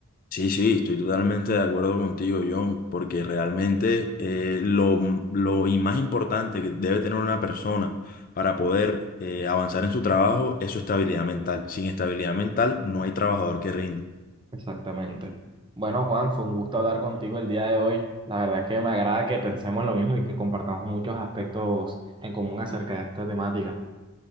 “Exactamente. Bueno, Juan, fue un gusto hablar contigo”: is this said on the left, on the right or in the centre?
Right